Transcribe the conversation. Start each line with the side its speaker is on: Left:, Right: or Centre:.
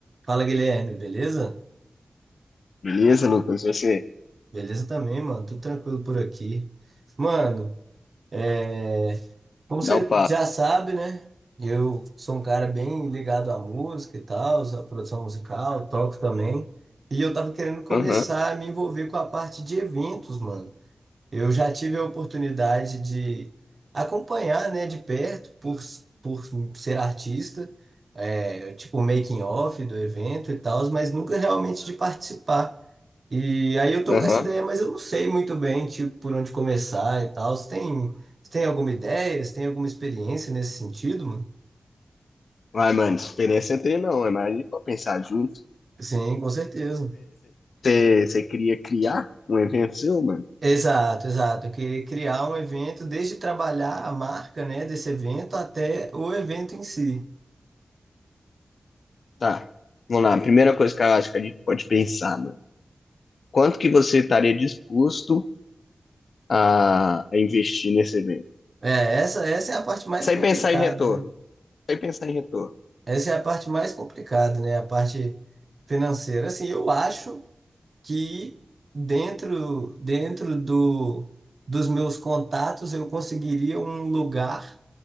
Right: Fala, Guilherme, beleza?
Left: Beleza, Lucas? Você
Right: Beleza também, mano. Tudo tranquilo por aqui. Mano, é... como
Left: dá
Right: você
Left: o papo.
Right: já sabe, né? Eu sou um cara bem ligado à música e tal, à produção musical, toco também. E eu tava querendo começar
Left: Aham,
Right: a me envolver com a parte de eventos, mano. Eu já tive a oportunidade de acompanhar, né, de perto, por, por ser artista, é, tipo, making of do evento e tal, mas nunca realmente de participar. E aí eu tô
Left: aham.
Right: com essa ideia, mas eu não sei muito bem, tipo, por onde começar e tal. Você tem, você tem alguma ideia? Você tem alguma experiência nesse sentido, mano?
Left: Vai, mano, experiência é ter, não. É mais ali pra pensar junto.
Right: Sim, com certeza.
Left: Você queria criar um evento seu, mano?
Right: Exato, exato. Eu queria criar um evento, desde trabalhar a marca, né, desse evento até o evento em si.
Left: Tá. Vamos lá. A primeira coisa que eu acho que a gente pode pensar, mano. Quanto que você estaria disposto a, a investir nesse evento?
Right: É, essa, essa é a parte mais
Left: Sem
Right: complicada,
Left: pensar em retorno.
Right: né?
Left: Sem pensar em retorno.
Right: Essa é a parte mais complicada, né? A parte financeira. Assim, eu acho. que dentro dentro do, dos meus contatos eu conseguiria um lugar